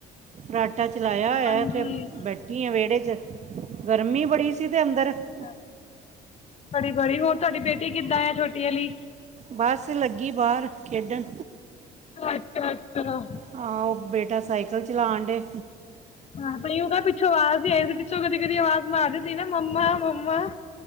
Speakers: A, on the right; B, on the left.
A: ਫਰਾਟਾ ਚਲਾਇਆ ਹੋਇਆ
B: ਹਾਂਜੀ
A: ਤੇ ਬੈਠੀ ਆ ਵਿਹੜੇ ਚ ਗਰਮੀ ਬੜੀ ਸ ਇਦੇ ਅੰਦਰ ਅ
B: ਹਅ ਬੜੀ ਬੜੀ ਹੋਰ ਤੁਹਾਡੀ ਬੇਟੀ ਕਿੱਦਾਂ ਆ ਛੋਟੀ ਆਲੀ?
A: ਬਸ ਲੱਗੀ ਬਾਹਰ ਖੇਡਣ।
B: ਅੱਛਾ ਅੱਛਾ
A: ਹਾਂ ਉਹ ਬੇਟਾ ਸਾਈਕਲ ਚਲਾਣ ਡੇ
B: ਆਪਣੀ ਯੋਗਾ ਪਿੱਛੋਂ ਆਵਾਜ਼ ਹੀ ਆਈ ਸੀ ਪਿੱਛੋਂ ਕਦੀ ਕਦੀ ਆਵਾਜ਼ ਮਾਰਦੀ ਸੀ ਨਾ ਮੰਮਾ ਮੰਮਾ।